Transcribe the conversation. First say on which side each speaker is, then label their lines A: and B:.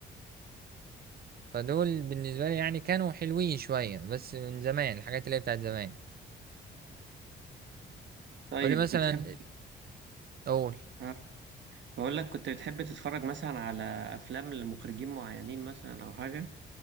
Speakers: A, on the right (about 50°); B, on the right (about 65°).
A: فدول بالنسبة لي يعني كانوا حلوين شوية بس من زمان الحاجات اللي هي بتاعت زمان
B: طيب
A: قولي مثلا
B: بتحب
A: أقول
B: آه، بقول لك كنت بتحب تتفرج مثلا على افلام لمخرجين معينين مثلا او حاجه